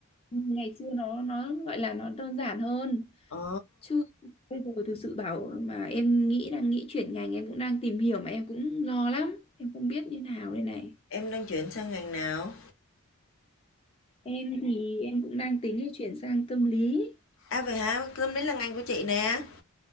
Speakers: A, on the left; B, on the left.
A: ngày xưa nó nó gọi là nó đơn giản hơn
B: Ờ,
A: chứ bây giờ thực sự bảo mà em nghĩ đang nghĩ chuyển ngành em cũng đang tìm hiểu mà em cũng lo lắm em không biết như nào đây này
B: em đang chuyển sang ngành nào?
A: em thì em cũng đang tính là chuyển sang tâm lý
B: À vậy hả? Tâm lý là ngành của chị nè.